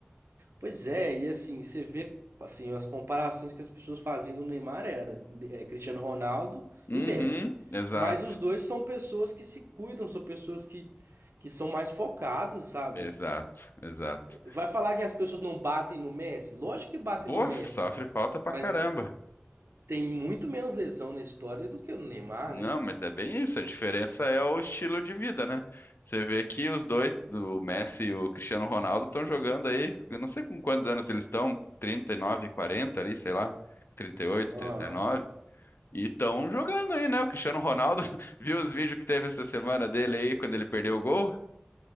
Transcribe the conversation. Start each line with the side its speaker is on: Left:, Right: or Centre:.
Right: Pois é, e assim, você vê assim, as comparações que as pessoas faziam no Neymar era é, Cristiano Ronaldo
Left: Uhum,
Right: e Messi.
Left: exato.
Right: Mas os dois são pessoas que se cuidam, são pessoas que, que são mais focadas, sabe?
Left: Exato, exato.
Right: Vai falar que as pessoas não batem no Messi? Lógico que batem
Left: Boa,
Right: no Messi,
Left: sofre falta pra
Right: mas
Left: caramba.
Right: tem muito menos lesão na história do que o Neymar,
Left: Não,
Right: né?
Left: mas é bem isso. A diferença é o estilo de vida, né? Você vê que os dois, o Messi e o Cristiano Ronaldo, estão jogando aí. Eu não sei com quantos anos eles estão, 39, 40 ali, sei lá, trinta trinta e oito,
Right: Aham.
Left: trinta e nove, E estão jogando aí, né? O Cristiano Ronaldo, <laughs> viu os vídeos que teve essa semana dele aí, quando ele perdeu o gol?